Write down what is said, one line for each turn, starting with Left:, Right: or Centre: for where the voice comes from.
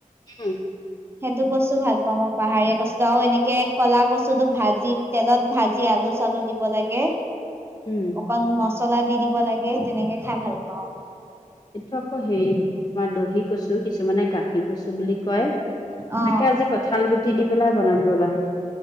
Left: উম।
Right: সেইটো কচু ভাল পাওঁ মই। পাহাৰীয়া কচু আৰু এনেকে ক'লা কচুটো ভাজি তেলত ভাজি আলু চালু দিব লাগে।
Left: উম।
Right: অকন মছলা দি দিব লাগে তেনেকে খাই ভাল লাগে।
Left: এইটো আকৌ হেৰি আমাৰ দহি কচু কিছুমানে গাখীৰ কচু বুলি কয়।
Right: অ
Left: তাকে আজি কঁঠাল গুটি দি পেলাই বনাম ৰবা।